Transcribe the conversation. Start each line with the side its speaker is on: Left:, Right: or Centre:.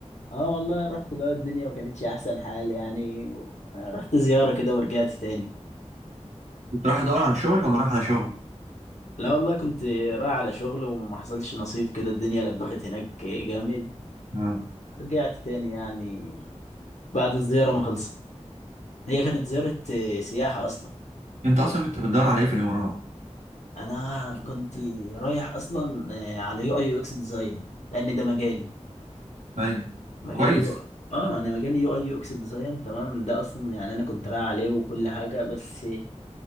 Left: اه والله رحت بقى الدنيا ما كانتش احسن حال يعني و- رحت زياره كده ورجعت تاني
Right: كنت رايح ادور على شغل ولا رايح على شغل؟
Left: لا والله كنت رايح على شغل وما حصلش نصيب كده الدنيا لبخت هناك جامد
Right: آه.
Left: رجعت تاني يعني بعد الزيارة ما خلصت هي كانت زيارة آه، سياحة أصلا
Right: انت اصلا كنت بتدور على ايه في الامارات؟
Left: أنا كنت رايح أصلا آه، على يو أي يو إكس ديزاين لأن ده مجالي
Right: ايوه
Left: مجالي
Right: كويس
Left: يو... آه أنا مجالي يو أي يو إكس ديزاين تمام ده أصلا يعني أنا كنت رايح عليه وكل حاجة بس